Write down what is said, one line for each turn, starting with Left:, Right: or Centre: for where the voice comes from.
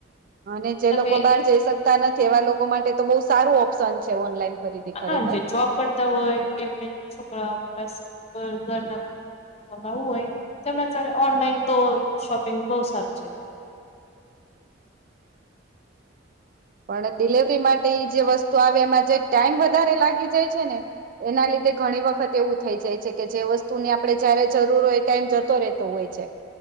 Right: અને જે
Left: તમે
Right: લોકો બહાર જઈ સકતા નથી એવા લોકો માટે તો બહુ સારું ઓપ્શન છે ઓનલાઈન ખરીદી. ખરેખર
Left: હા જે જોબ કરતા હોય એમને જો છોકરાઓ ઘર ના મગાવું હોય તેમ અત્યારે ઓનલાઈન તો શોપિંગ બહુ સારું છે.
Right: પણ ડિલવરી માટે જે વસ્તુ આવે એમાં જે ટાઈમ વધારે લાગી જાય છે ને એના લીધે ઘણી વખત એવું થઈ જાય છે કે જે વસ્તુ ની આપડે જયારે જરૂર હોય એ ટાઈમ જતો રહેતો હોય છે.